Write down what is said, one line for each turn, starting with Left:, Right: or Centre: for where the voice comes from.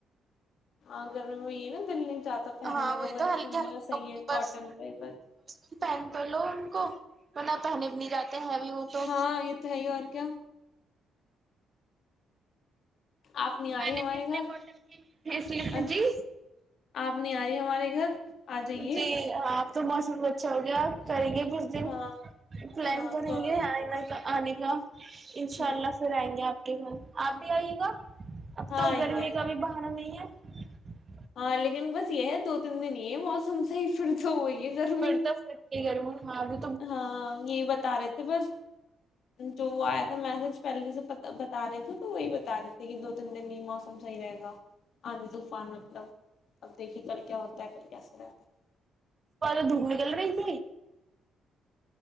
Left: اگر میں ہوئی نا دلی زیا تو پہننے
Right: ہاں
Left: کا
Right: وہی
Left: بس
Right: تو ہلکے
Left: سننے
Right: ہلکے
Left: کا صحیح
Right: کپڑے
Left: ہے کاٹن
Right: بس کم
Left: کا ہی بس
Right: سے کم پہن تو لو ان کون پہنے بھی نہیں جاتے ہیوی ہو تو
Left: ہاں یہ تو ہے ہی اور کیا آپ نہیں آ
Right: میں
Left: رہی
Right: نے
Left: ہمارے
Right: بھی سلگٹر
Left: گھر
Right: کی ہے سلیٹ
Left: اچ-
Right: جی
Left: آپ نہیں آ رہی ہے ہمارے گھر آ جائیے
Right: جی ہ تو موسم کو اچھا ہوگیا آپ کریں گے کچ دن
Left: ہاں
Right: پلان
Left: ہاں
Right: کریں
Left: پروگرام
Right: گے تو آنے کا انشاء
Left: ہوں،
Right: اللہ پھر آئیں گے آپ م آپ بھی آئیے گا اب
Left: ہاں
Right: تو
Left: آئیں
Right: گرمی
Left: گے
Right: کا بھی بہانا نہیں ہے <unintelligible>
Left: ہاں لیکن بس ہے دو تین دن یہ موسم تم سے ہی پھر تو ہو وہی ہے گرمی
Right: فتا ف گ م ہاں بھی
Left: ہاں یہی بتا رہے تھے بس جو وہ آیا تھا میسج پہلے سے پ بتا رہے تھے تو وہی بتا رہے تھے کہ دو تین دن ہی موسم صحیح رہ گا آندھی طوفان مطلب اب دیکھیے کل کیا ہوتا ہے کل کیسا رہتا ہے
Right: سد دھوم نکل پئی ت